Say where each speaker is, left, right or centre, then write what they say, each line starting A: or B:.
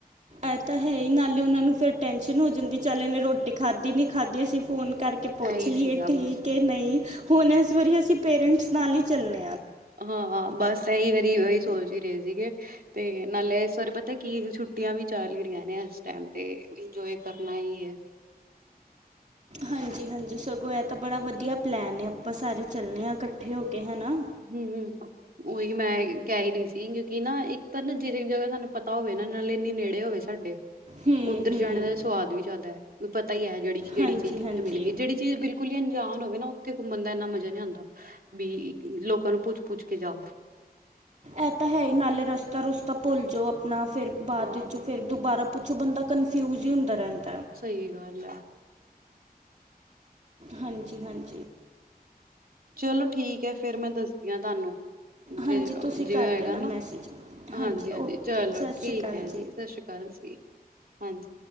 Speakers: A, on the right; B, on the right.
A: ਇਹ ਤਾਂ ਹੈ ਹੀ ਨਾਲੇ ਉਹਨਾ ਨੂੰ ਫਿਰ ਟੈਨਸ਼ਨ ਹੋ ਜਾਂਦੀ ਚਲ ਇਨੇ ਰੋਟੀ ਖਾਧੀ ਨੀ ਖਾਧੀ ਅਸੀਂ ਫੋਨ ਕਰਕੇ ਪੁੱਛ
B: ਇਹੀ
A: ਲਈਏ
B: ਸੀਗਾ
A: ਠੀਕ
B: ਬਸ
A: ਹੈ ਨਹੀਂ ਹੁਣ ਇਸ ਵਾਰੀ ਅਸੀਂ ਪੇਰੈਂਟਸ ਨਾਲ ਈ ਚੱਲਣੇ
B: ਹਾਂ ਹਾਂ ਬੱਸ ਕਈ ਵਾਰੀ ਉਹੀ ਸੋਚ ਹੀ ਰਹੇ ਸੀਗੇ ਤੇ ਨਾਲੇ ਇਸ ਵਾਰੇ ਪਤਾ ਕੀ ਛੁੱਟੀਆਂ ਵੀ ਚੱਲ ਹੀ ਰਹੀਆਂ ਨੇ ਇਸ ਟਾਈਮ ਤੇ ਇੰਜੋਏ ਕਰਨਾ ਹੀ ਹੈ
A: ਹਾਂਜੀ ਹਾਂਜੀ ਸਗੋਂ ਇਹ ਤਾਂ ਬੜਾ ਵਧੀਆ ਪਲੈਨ ਏ ਆਪਾਂ ਸਾਰੇ ਚੱਲਨੇ ਹਾਂ ਇਕੱਠੇ ਹੋ ਕੇ ਹੈਨਾ
B: ਹਮ ਉਹੀ ਮੈਂ ਕਹਿ ਹੀ ਨਹੀਂ ਸੀ, ਕਿਉਂਕਿ ਨਾ ਇੱਕ ਤਾਂ ਨਾ ਜਿਹ ਜਗ੍ਹਾ ਸਾਨੂੰ ਪਤਾ ਹੋਵੇ, ਨਾ ਨਾਲ ਇੰਨੀ ਨੇੜੇ ਹੋਵੇ ਸਾਡੇ
A: ਹੂੰ
B: ਉੱਧਰ
A: ਹੂੰ
B: ਜਾਣੇ ਦਾ ਸਵਾਦ ਵੀ ਜ਼ਿਆਦਾ ਹੈ ਵੀ ਪਤਾ ਹੀ ਹੈ। ਜਿਹੜੀ ਕਿਹੜੀ
A: ਹਾਂਜੀ
B: ਚੀਜ਼ ਕਿੱਥੇ
A: ਹਾਂਜੀ
B: ਮਿਲੇਗੀ ਜਿਹੜੀ ਚੀਜ਼ ਬਿਲਕੁਲ ਹੀ ਅੰਜਾਨ ਹੋਵੇ।, ਮੈਨੂੰ ਉੱਥੇ ਘੁੰਮਣ ਦਾ ਇਨਾ ਮਜ਼ਾ ਨਹੀਂ ਆਉਂਦਾ ਵੀ। ਲੋਕਾਂ ਨੂੰ ਪੁੱਛ- ਪੁੱਛ ਕੇ ਜਾਓ,
A: ਇਹ ਤਾਂ ਹੈ ਹੀ ਨਾਲੇ ਰਸਤਾ ਰੁਸਤਾ ਭੁੱਲ ਜਾਓ, ਆਪਣਾ ਫੇਰ ਬਾਅਦ
B: ਹਾਂ
A: ਵਿੱਚ ਫ਼ਿਰ ਦੁਬਾਰਾ ਪੁੱਛ ਪਿੱਛੋਂ ਬੰਦਾ ਕਨਫਿਊਜ ਹੀ ਹੁੰਦਾ ਰਹਿਦਾ।
B: ਸਹੀ ਗੱਲ ਹੈ।
A: ਹਾਂਜੀ -ਹਾਂਜੀ
B: ਚਲੋ ਠੀਕ ਹੈ ਫੇਰ ਮੈਂ ਦੱਸਦੀ ਹਾਂ, ਤੁਹਾਨੂੰ ਜੇ
A: ਹਾਂਜੀ ਤੁਸੀਂ
B: ਜਿਵੇੰ
A: ਕਰ
B: ਹੋਵੇਗਾ,
A: ਦੇਣਾ
B: ਨਾ
A: ਮੈਸੇਜ
B: ਹਾਂਜੀ -ਹਾਂਜੀ
A: ਓਕੇ
B: ਚਲੋ
A: ਸਤਿ
B: ਠੀਕ
A: ਸ਼੍ਰੀ ਅਕਾਲ
B: ਹੈ ਜੀ ਸਤਿ ਸ੍ਰੀ ਅਕਾਲ ਜੀ, ਹਾਂਜੀ।